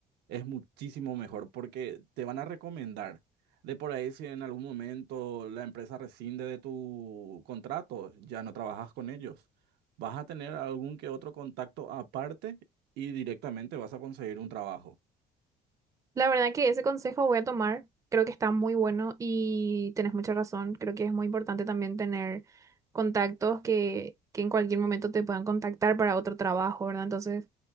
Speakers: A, on the right (about 80°); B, on the right (about 20°).
A: es muchísimo mejor porque te van a recomendar. De por ahí, si en algún momento la empresa rescinde de tu contrato, ya no trabajas con ellos. Vas a tener algún que otro contacto aparte y directamente vas a conseguir un trabajo.
B: La verdad que ese consejo voy a tomar, creo que está muy bueno y tenés mucha razón, creo que es muy importante también tener contactos que, que en cualquier momento te puedan contactar para otro trabajo, ¿verdad? Entonces,